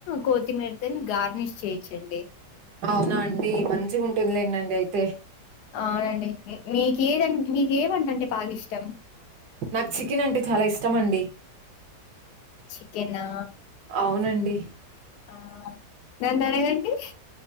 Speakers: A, on the left (about 75°); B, on the right (about 70°).
A: కోతిమీరతోని గార్నిష్ చేయచ్చండి
B: అవునా అండి మంచిగా ఉంటుందిలేండండి అయితే
A: అవునండి మీకేదంటే మీకే వంట అంటే బాగా ఇష్టం
B: నాకు చికెన్ అంటే చాలా ఇష్టమండి
A: చికెనా
B: అవునండి
A: ఆ నన్ను అడగండి